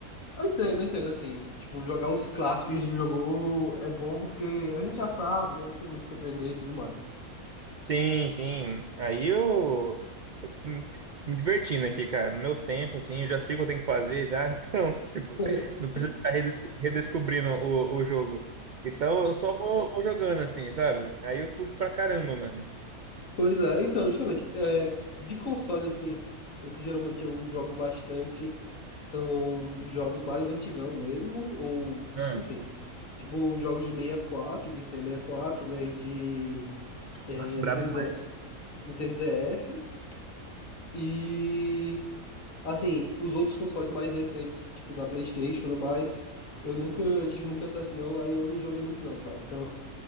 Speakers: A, on the left; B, on the right.
A: Eu entendo, eu entendo, assim. Tipo, jogar os clássicos que a gente jogou é bom porque a gente já sabe, né? Não tem muito o que aprender e tudo mais.
B: Sim, sim. Aí eu, eu fico, me fico me divertindo aqui, cara. No meu tempo, assim, eu já sei o que eu tenho que fazer já. <laughs> Então, tipo,
A: <laughs>
B: não preciso ficar redesco- redescobrindo o, o jogo. Então, eu só vou, vou jogando, assim, sabe? Aí eu curto pra caramba, mano.
A: Pois é, então, justamente, é, de console, assim, o que geralmente eu jogo bastante são jogos mais antigão mesmo, ou,
B: Hum.
A: enfim, tipo jogos de 64 de Nintendo sessenta e quatro né, e de é,
B: Nossa, brabo
A: Nintendo,
B: demais.
A: D- Nintendo DS, e, assim, os outros consoles mais recentes, tipo da PlayStation e tudo mais, eu nunca tive muito acesso não, aí eu não joguei muito não, sabe? Então,